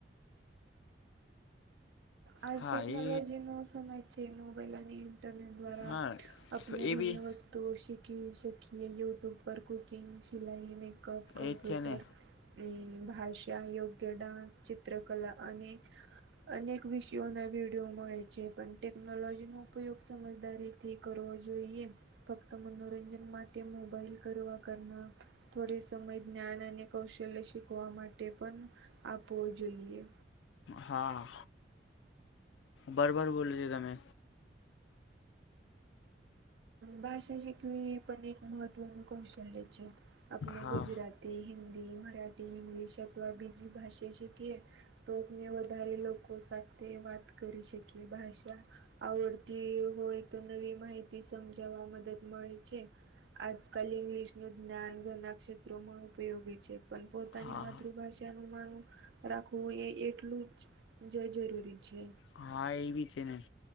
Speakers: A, on the right; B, on the left.
A: આજ
B: હા
A: ટેકનોલોજીનો
B: એ
A: સમય જે મોબાઈલ અને ઇન્ટરનેટ દ્વારા
B: હા
A: આપને ઘની
B: એ બી
A: વસ્તુ તો શીખી શકીએ યુટુબ પર કૂકિંગ, સી, મે કપ કમપ્યુટર,
B: એ જ છે ને
A: ભાષા, યોગ્ય ડાન્સ, ચિત્રકલા અને અને વિષયોના વિડીયો મળે છે, પણ ટેકનોલોજીનો ઉપયોગ સમજદારીથી કરવો જોઈએ. ફક્ત મનોરંજન માટે મોબાઈલ કરવા કરના થોડી સમય જ્ઞાન અને કૌશલ્ય શીખવા માટે પણ આપવો જોઈએ
B: હા, બરોબર બોલ છે, તમે
A: ભાષા શિકવી, એ પણ એક મહત્ત્વનું કૌશલ્ય છે આપને
B: હા
A: ગુજરાત તી, હિન્દી, મરાઠી, ઇંગ્લિશ અથવા બીજી ભાષા શીખીએ તો આપને વધારે લોકો સાથે વાત કરી શકીએ, ભાષા આવડતી હોય તો નવી માહિતી સમજાવવા મદદ મળે છે આજકાલ ઇંગ્લિશ નું જ્ઞાન ઘના ક્ષેત્રોમાં ઉપયોગી છે, પન પોતાની
B: હા
A: માતૃભાષા નું માનું રાખવું, એ એટલું જ જ જરૂરી છે
B: હા, એ બી છે નહીં.